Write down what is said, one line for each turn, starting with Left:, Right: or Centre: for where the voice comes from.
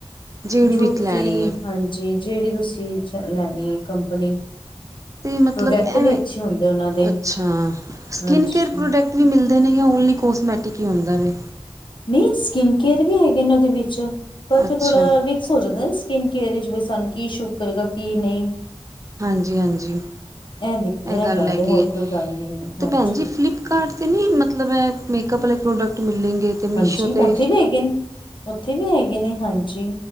Right: ਜਿਹੜੀ
Left: ਜੋ
Right: ਵੀ
Left: ਤੁਸੀਂ
Right: ਲੈਣੀ ਹੈ
Left: ਹਾਂਜੀ ਜੇੜੀ ਤੁਸੀਂ 'ਚ ਲੈਣੀ ਏ ਕੰਪਨੀ
Right: ਮਤਲਬ
Left: ਪ੍ਰੋਡਕਟ
Right: ਏਵੇ
Left: ਵੀ ਅੱਛੇ ਹੁੰਦੇ ਉਹਨਾਂ ਦੇ
Right: ਅੱਛਾ ਸਕਿਨ
Left: ਹਾਂਜੀ
Right: ਕੇਅਰ ਪ੍ਰੋਡਕਟ ਵੀ ਮਿਲਦੇ ਨੇ ਯਾ ਓਨਲੀ ਕੋਸਮੈਟਿਕ ਹੀ ਹੁੰਦਾ ਵੇ
Left: ਨਈ ਸਕਿੰਨ ਕੇਅਰ ਵੀ ਹੈਗੇ ਨੇ ਉਹਦੇ ਵਿੱਚ ਪਰ
Right: ਅੱਛਾ
Left: ਫਿਰ ਥੋੜਾ ਰ ਸੋ ਜਾਂਦਾ ਸਕਿਨ ਕੇਅਰ ਬ ਸਾਨੂੰ ਕੀ ਸ਼ੂਟ ਕਰੇਗਾ ਕੀ ਨਈ।
Right: ਹਾਂਜੀ-ਹਾਂਜੀ
Left: ਦਿ
Right: ਇਹ ਗੱਲ ਹੈਗੀ
Left: ਹੋਰ
Right: ਏ
Left: ਕੋਈ ਗੱਲ ਨੀ ਹੈ ਹਾਂਜੀ
Right: ਤੇ ਭੈਣ ਜੀ ਫਲਿੱਪ ਕਾਰਟ ਤੇ ਨੀ ਮਤਲਬ ਐ ਮੇਕਅਪ ਵਾਲੇ ਪ੍ਰੋਡਕਟ ਮਿਲੇਗੇ? ਤੇ ਮੀਸ਼ੋ
Left: ਹਾਂਜੀ
Right: ਤੇ
Left: ਉੱਥੇ ਵੀ ਹੈਗੇ ਨ। ਉੱਥੇ ਵੀ ਹੈਗੇ ਨੇ ਹਾਂਜੀ।